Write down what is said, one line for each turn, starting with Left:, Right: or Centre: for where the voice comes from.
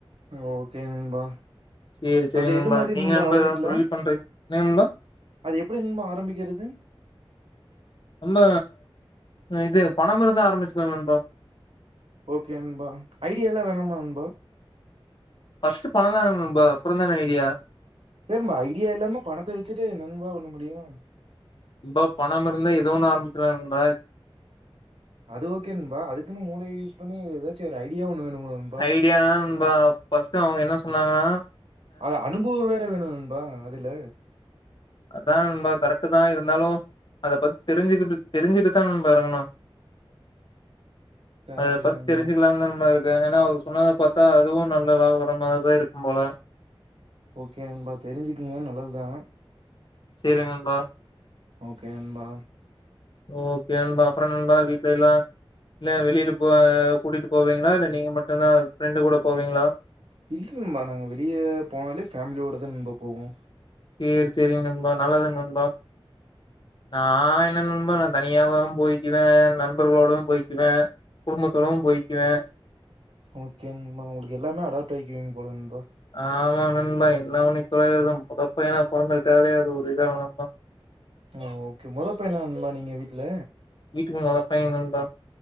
Right: ஆ ஓகே நண்பா
Left: செரி செரி
Right: அது
Left: நண்பா
Right: எது மாரி
Left: நீங்க நண்பா
Right: ஆரம்பிக்கலா
Left: எதாவது தொழில் பண்றீ என்ன நண்பா
Right: அது எப்டி நண்பா ஆரம்பிக்கிறது
Left: ரொம்ப இது பணம் இருந்தா ஆரம்பிச்சிக்குலா நண்பா
Right: ஓகே நண்பா ஐடியா எல்லா வேணாமா நண்பா
Left: ஃபஸ்ட்டு பணம் தா வேணு நண்பா அப்றோ தான ஐடியா
Right: ஏ நண்பா ஐடியா இல்லாம பணத்த வச்சிட்டு என்னா நண்பா பண்ண முடியும்
Left: நண்பா பணம் இருந்தா எது ஒன்னு ஆரம்பிக்கிலா நண்பா
Right: அது ஓகே நண்பா அதுக்குன்னு மூளைய யூஸ் பண்ணி எதாச்சி ஒரு ஐடியா ஒன்னு வேணுமுல்ல ந
Left: ஐடியாதான நண்பா பஸ்ட்டு அவங்க என்ன சொன்னாங்கனா
Right: அது அனுபவ வேற வேணு நண்பா அதுல
Left: அதா நண்பா கரெக்ட்டு தா இருந்தாலு அத பத்தி தெரிஞ்சிக்கிட்டு தெரிஞ்சிட்டு தா நண்பா எறங்கனு
Right: கரெக்ட்டு
Left: அத பத்தி
Right: தான் நண்பா
Left: தெரிஞ்சிக்கிலானு தா நண்பா இருக் க ஏனா அவரு சொன்னத பாத்தா அதுவு நல்ல லாபம் வர மாரிதா இருக்கும் போல
Right: ஓகே நன்பா தெரிஞ்சுக்குங்க நல்லதுதா
Left: சேரி நண்பா
Right: ஓகே நண்பா
Left: ஓகே நண்பா அப்ற நண்பா வீட்ல எல்லா இல்ல வெளில போ கூட்டிகிட்டு போவீங்களா இல்ல நீங்க மட்டுதா ஃப்ரெண்டு கூட போவீங்களா
Right: இல்ல நண்பா நாங்க வெளிய போனாலே ஃபேமிலியோட தா நண்பா போவோ
Left: சேரி சேரிங்க நண்பா நல்லது நண்பா நா என்ன நண்பா நா தனியாவு போயிக்குவே நண்பர்களோடு போயிக்குவே குடும்பத்தோடவு போயிக்குவே
Right: ஓகே நண்பா உங்களுக்கு எல்லாமே அடாப்ட் ஆயிக்குவீங்க போல நண்பா
Left: ஆமா நண்பா என்ன பண்ணி தொலையிறது மொத பையனா பொறந்துட்டாலே அது ஒரு இதா நெனப்போ
Right: ஓ ஓகே மொத பையனா நண்பா நீங்க வீட்ல
Left: வீட்டுக்கு மொத பைய நண்பா